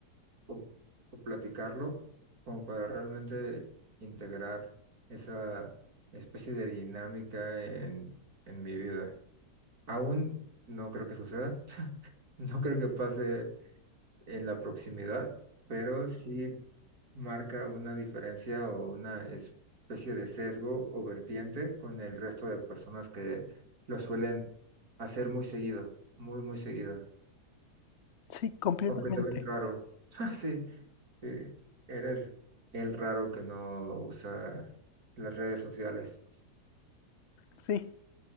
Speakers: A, on the right (about 65°); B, on the left (about 60°).
A: o- o platicarlo como para realmente integrar esa especie de dinámica en, en mi vida. Aún no creo que suceda, <laughs> no creo que pase en la proximidad, pero sí marca una diferencia o una especie de sesgo o vertiente con el resto de personas que lo suelen hacer muy seguido, muy, muy seguido.
B: Sí, completamente.
A: Como que te ven raro. <laughs> Ah, Sí, sí, eres el raro que no usa las redes sociales.
B: Sí,